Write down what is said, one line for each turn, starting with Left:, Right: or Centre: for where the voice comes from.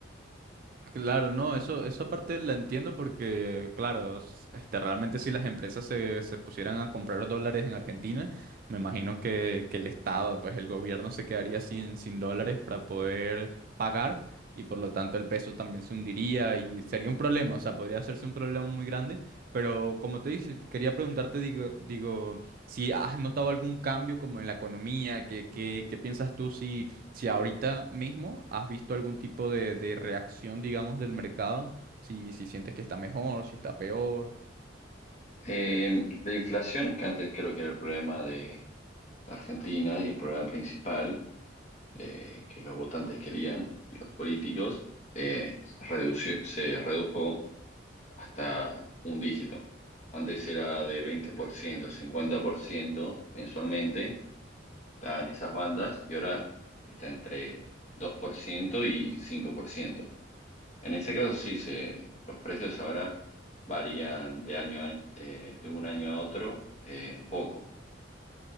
Right: Claro, no, eso, eso parte la entiendo porque, claro, s- este, realmente si las empresas se, se pusieran a comprar dólares en Argentina, me imagino que, que el Estado, pues el gobierno se quedaría sin, sin dólares para poder pagar y por lo tanto el peso también se hundiría y sería un problema, o sea, podría hacerse un problema muy grande, pero como te dije, te quería preguntarte, digo, digo, si has notado algún cambio como en la economía, que, que- qué piensas tú si si ahorita mismo has visto algún tipo de, de reacción, digamos, del mercado, si, si sientes que está mejor, si está peor.
Left: Eh, de inflación, que antes creo que era el problema de Argentina y el problema principal de que los votantes querían y los políticos, eh, redució- se redujo hasta un dígito. Antes era de 20%, 50% mensualmente, estaban esas bandas y ahora está entre 2% y 5%. En este caso sí, se, los precios ahora varían de año a año, eh, de un año a otro eh, un poco,